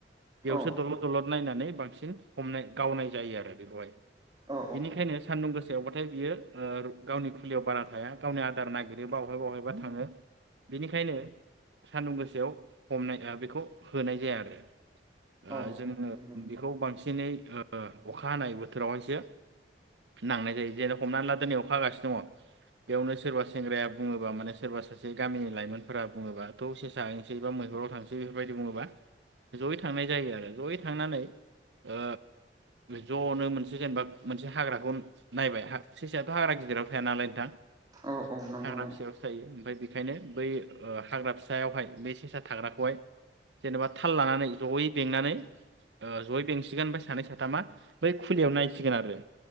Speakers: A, on the right; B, on the right.
A: यावसो
B: औ
A: दल' दलद नायनानै बांसिन हमनाय गावनाय जायो आरो बेखौहाय
B: औ
A: बिनिखायनो सान्दुं गोसायावबाथाय बियो ओ गावनि खुलियाव बारा थाया गावनि आदार नागिरो बावहाय बावहायबा थाङो बिनिखायनो सान्दुं गोसायाव हमनाय ओ बेखौ होनाय जाया आरो
B: औ
A: ओ जोङो
B: नंगौ
A: बिखौ बांसिनै ओ अखा हानाय बोथोरावहायसो नांनाय जायो जेन' हमनानै ला दोनै अखा हागासिनो दङ बेयावनो सोरबा सेंग्राया बुङोबा माने सोरबा सासे गामिनि लाइमोनफोरा बुङोबा थ' सेसा होय सै बा मैहुराव थांसै बेफोरबायदि बुङोबा जयै थांनाय जायो आरो जयै थांनानै ओ ज'नो मोनसे जेनबा मोनसे हाग्राखौ नायबाय हा सेसायाथ' हाग्रा गिदिराव थाया नालाय नोंथां हाग्रा
B: औ औ नंगौ नंगौ
A: फिसायावसो थायो ओमफाय बि खायनो बै ओ हाग्रा फिसायावहाय बै सेसा थाग्राखौहाय जेनबा थाल लानानै जयै बेंनानै ओ जयै बेंसिगोन ओमफ्राय सानै साथामा बै खुलियाव नायसिगोन आरो